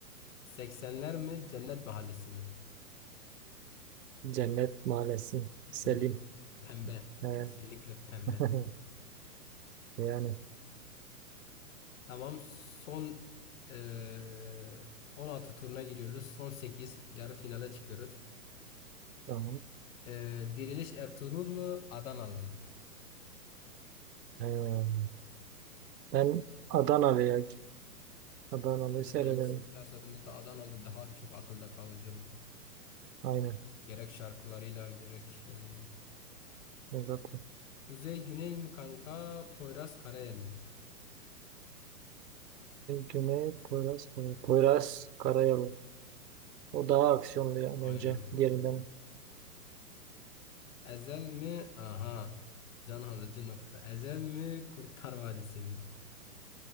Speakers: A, on the left (about 55°); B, on the right (about 90°).
A: Seksenler mi? Cennet Mahallesi mi?
B: Cennet Mahallesi.
A: Bence
B: Selim.
A: pembe.
B: Ee,
A: Kesinlikle pembe.
B: <laughs> yani
A: Tamam. Son eee 16 turuna giriyoruz. Son sekiz Yarı finale çıkıyoruz.
B: tamam.
A: Eee, Diriliş Ertuğrul mu? Adanalı mı?
B: Ee, ben Adanalı'ya Adanalı'yı
A: Bence
B: seyrederim.
A: de ikisini kıyasladığımızda Adanalı daha çok akılda kalıcı oldu.
B: Aynen.
A: Gerek şarkılarıyla gerek şeyleriyle.
B: Evet.
A: Kuzey Güney mi kanka? Poyraz Karayel mi?
B: Güney Poyraz, Kara- Poyraz Karayolu. O daha aksiyonlu ya
A: Aynen.
B: bence diğerinden.
A: Ezel mi? Aha. Can alıcı nokta. Ezel mi? Kurtlar Vadisi mi?